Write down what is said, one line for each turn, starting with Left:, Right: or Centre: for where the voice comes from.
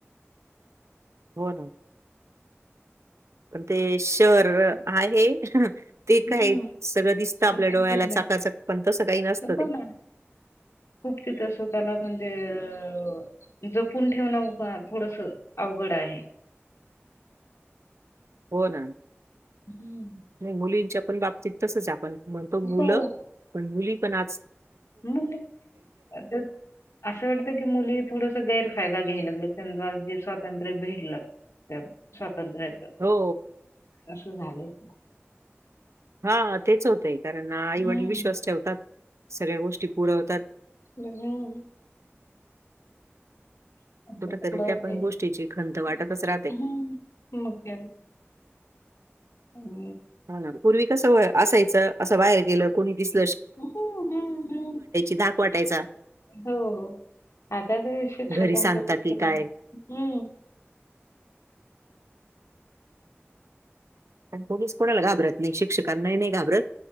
Right: हो ना ते शहर आहे ते
Left: हम्म.
Right: काय सगळं दिसतं आपल्या
Left: काही
Right: डोळ्याला चाकाचक
Left: नाही
Right: पण तसं काही नसतं
Left: हो
Right: ते
Left: ना खूप तिथं स त्याला म्हणजे अ जपून ठेवण उ थोडस अवघड आहे
Right: <inaudible> हो ना
Left: हम्म.
Right: नाही मुलींच्या पण बाबतीत तसच आपण म्हणतो मुलं
Left: हो.
Right: पण मुली पण आज
Left: मुले असं वाटतं की मुली थोडस गैरफायदा घ्यायला लागला त्यां जे स्वातंत्र्य भेडल त्यात स्वातंत्र्य येत
Right: हो
Left: असं झालंय
Right: हा तेच होतंय कारण आईवडील
Left: हम्म.
Right: विश्वास ठेवतात सगळ्या गोष्टी पुढं होतात
Left: ह हम्म
Right: कुठ तरी त्या पण गोष्टीची खंत वाटतच राहते.
Left: हम
Right: हो ना पूर्वी कसं हो असायचं, असं बाहेर गेलं कोणी दिसं
Left: अं, हं,
Right: धाक वाटायचा.
Left: हो-हो. आता हे शिक्षकाच्या
Right: घरी सांगता
Left: भितीने,
Right: की काय?
Left: हम्म.
Right: पण कोणीच कोणाला घाबरत नाही, शिक्षक कना नाही घाबरत,